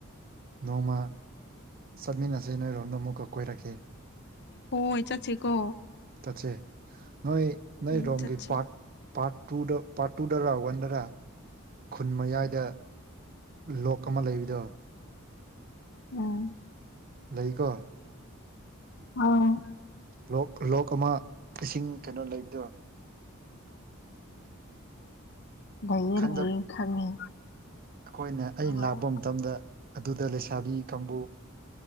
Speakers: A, on the left; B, on the right.
A: <unintelligible>
B: ꯅꯣꯡꯃ ꯆꯠꯃꯤꯟꯅꯁꯦ ꯅꯣꯏꯔꯣꯝꯗ ꯑꯃꯨꯛꯀ ꯀꯣꯏꯔꯛꯀꯦ
A: ꯍꫭꯏ ꯆꯠꯁꯦꯀꯣ
B: ꯆꯠꯁꯦ ꯅꯣꯏ ꯅꯣꯏꯔꯣꯝꯒꯤ
A: ꯎꯝ ꯆꯠꯁꯤ
B: ꯄꯥꯔꯠ ꯄꯥꯔꯠ ꯇꯨꯗ ꯄꯥꯔꯠ ꯇꯨꯗ <unintelligible> ꯈꯨꯟ ꯃꯌꯥꯏꯗ ꯂꯣꯛ ꯑꯃ ꯂꯩꯕꯗꯣ꯫
A: ꯎꯝ꯫
B: ꯂꯩꯀꯣ
A: ꯑꯥꯎ
B: ꯂꯣꯛ ꯂꯣꯛ ꯑꯃ ꯏꯁꯤꯡ ꯀꯩꯅꯣ ꯂꯩꯕꯗꫭ
A: ꯂꯩꯌꯦ
B: ꯈꯪꯗ
A: ꯂꯩꯌꯦ ꯈꯪꯉꯦ꯫
B: ꯑꯩꯈꯣꯏꯅ ꯑꯩ
A: ꯎꯝ
B: ꯂꯥꯛꯄ ꯃꯇꯝꯗ ꯑꯗꯨꯗ ꯂꯩꯁꯥꯕꯤ ꯀꯥꯡꯕꯨ